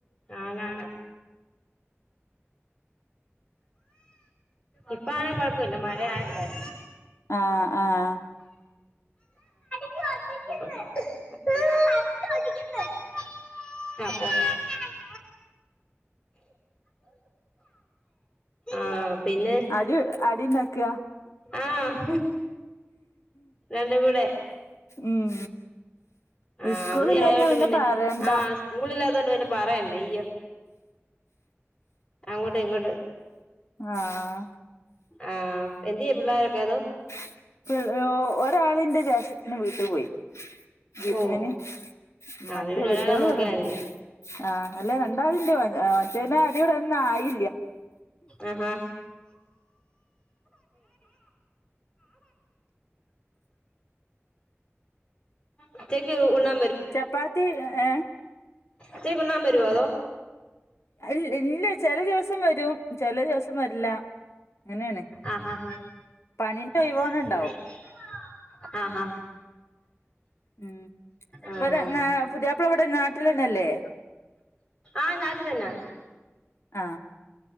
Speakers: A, on the left; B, on the left.
A: ആണ് ആണ് ഇപ്പ അങ്ങനെ കൊഴപ്പമില്ല മഴ ആയൊണ്ടേ അല്ലെ
B: ആഹ് ആഹ്
A: <unintelligible> ആഹ് പിന്നെ
B: അടി അടി ഇണ്ടാക്കുക
A: ആഹ് രണ്ടും കൂടെ
B: ഉം
A: ആഅവധി
B: സ്കൂളില്ലാഞ്ഞാ
A: ആയോണ്ട് പിന്നെ
B: പറയണ്ട
A: ആ സ്കൂളില്ലാത്തോണ്ട് പിന്നെ പറയണ്ട ഈ <inaudible> അങ്ങോട്ട് ഇങ്ങോട്ട്
B: ആഹ്
A: ആ എന്തിയേ പിള്ളേരൊക്കെ അതോ
B: <unintelligible> ഒരാളിന്റെ ജേഷ്ട്ടത്തിനെ വീട്ടി പോയി വിര്ന്നിന്
A: ഓ
B: മറ്റേ
A: അവര് പിന്നെ
B: വല്ലിയോള്
A: ഒരാളെ നോക്കിയാ
B: ഇവടണ്ട്
A: മതി
B: ആ അല്ലേ രണ്ടാളിണ്ട് മറ്റേനെ അടികൂടാനൊന്നായി
A: അ ഹാ <inaudible> ഉച്ചെക്ക് ഉണ്ണാ
B: ചപ്പാത്തി എ ഏ
A: ഉച്ചേക്ക് ഉണ്ണാൻ ബെരുവോ അതൊ
B: അയ് ഇല്ല ചെല ദിവസം വരും ചെല ദിവസം വരില്ല അങ്ങനെയാണ്
A: അ ഹ ഹ
B: പണിന്റെ ഒഴിവോണം
A: <inaudible>
B: ഉണ്ടാവും
A: ആ ഹ ഹ
B: ഉം
A: ആഹ്
B: ബര് ങേ പുതിയാപ്ള ഇവ്‌ ടെ നാട്ടിലെന്നെല്ലേ
A: ആ നാട്ട് തന്നെ
B: ആ